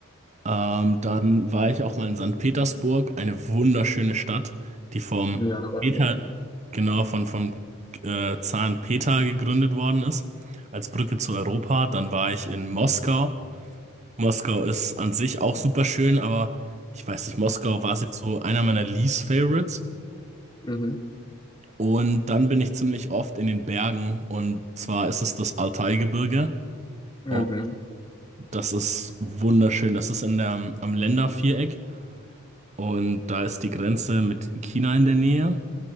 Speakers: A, on the right; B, on the left.
A: Ähm, dann war ich auch mal in Sankt Petersburg, eine wunderschöne Stadt, die vom
B: Ja, da war
A: Peter,
B: ich auch schon mal.
A: genau, von, vom äh, Zaren Peter gegründet worden ist, als Brücke zu Europa. Dann war ich in Moskau. Moskau ist an sich auch super schön, aber ich weiß nicht, Moskau war es jetzt so einer meiner Least Favorites.
B: Mhm.
A: Und dann bin ich ziemlich oft in den Bergen und zwar ist es das Altaigebirge.
B: Mhm.
A: Und das ist wunderschön. Das ist in der, am Länderviereck und da ist die Grenze mit China in der Nähe.